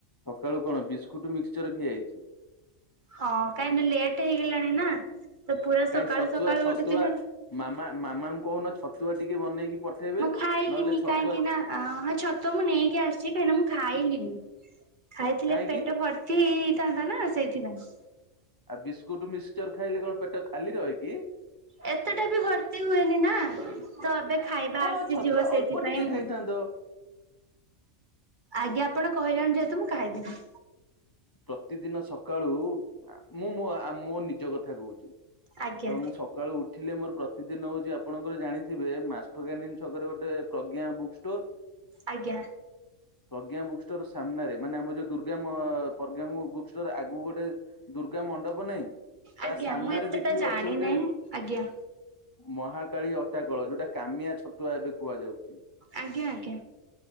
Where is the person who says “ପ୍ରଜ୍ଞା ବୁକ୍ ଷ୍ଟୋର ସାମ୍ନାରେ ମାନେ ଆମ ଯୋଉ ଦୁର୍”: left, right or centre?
Left